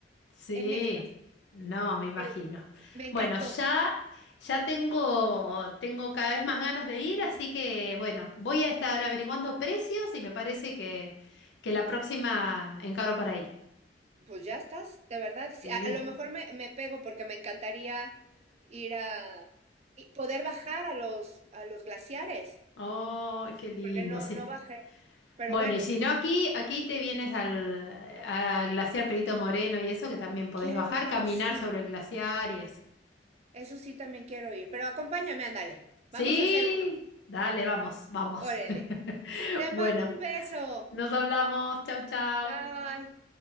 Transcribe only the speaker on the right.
en éxtasis,
el- me encantó.
Pues ya estás, de verdad. sí,
a, a lo mejor me, me pego porque me encantaría ir a y poder bajar a los a los glaciares,
porque no
no bajé. Pero
bueno,
quiero
ir,
sí.
Eso sí también quiero ir, pero acompáñame, ándale.
Vamos a hacer uno.
Órale.
Te
mando un beso.
Bye.